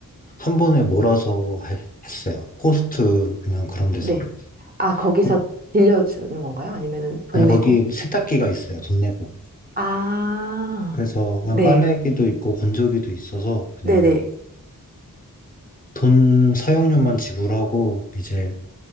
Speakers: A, on the left (about 25°); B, on the right (about 25°).
A: 한 번에 몰아서 할- 했어요. 코스트 그냥 그런 데서.
B: 네. 아, 거기서
A: 거,
B: 빌려주는 건가요? 아니면은 돈
A: 아니
B: 내고?
A: 거기 세탁기가 있어요. 돈 내고.
B: 아,
A: 그래서 그냥
B: 네,
A: 빨래기도 있고 건조기도 있어서 그냥
B: 네네.
A: 돈 사용료만 지불하고 이제